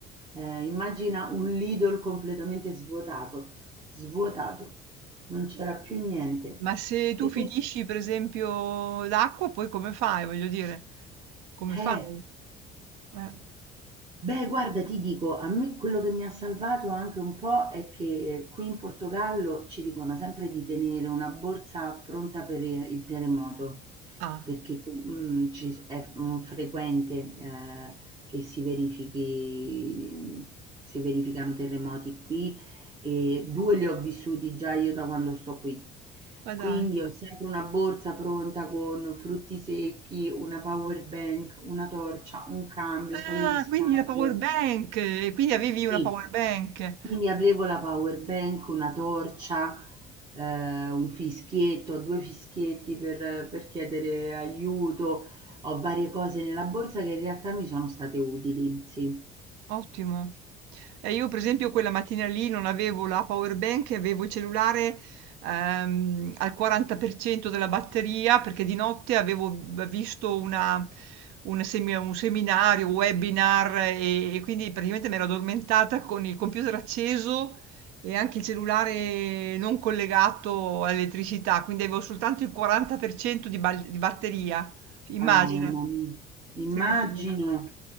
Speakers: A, on the right; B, on the right.
A: Eh, immagina un Lidl completamente svuotato, svuotato, non c'era più niente.
B: ma se tu
A: E
B: finisci
A: questo
B: per esempio l'acqua, poi come fai? Voglio dire, come
A: Eh,
B: fai? Eh,
A: beh, guarda, ti dico, a me quello che mi ha salvato anche un po' è che eh, qui in Portogallo ci dicono sempre di tenere una borsa pronta per eh, il terremoto,
B: Ah,
A: perché mm, ci s- è mm, frequente eh, che si verifichi, si verificano terremoti qui e 2 li ho vissuti già io da quando sto qui.
B: ma
A: Quindi
B: dai.
A: ho sempre una borsa pronta con frutti secchi, una power bank, una torcia, un cambio,
B: Ah,
A: un paio di scarpe.
B: quindi la power bank, e quindi avevi una
A: Sì,
B: power bank.
A: quindi avevo la power bank, una torcia, eh, un fischietto, 2 fischietti per per chiedere aiuto. Ho varie cose nella borsa che in realtà mi sono state utili, sì.
B: Ottimo. Eh, io per esempio quella mattina lì non avevo la power bank, e avevo il cellulare ehm, al 40% della batteria perché di notte avevo visto una- un, semi- un seminario, un webinar e, e quindi praticamente mi ero addormentata con il computer acceso e anche il cellulare non collegato all'elettricità, quindi avevo soltanto il 40% di, bal- di batteria. Immagina,
A: Ah, mamma mia. Immagino,
B: tremendo.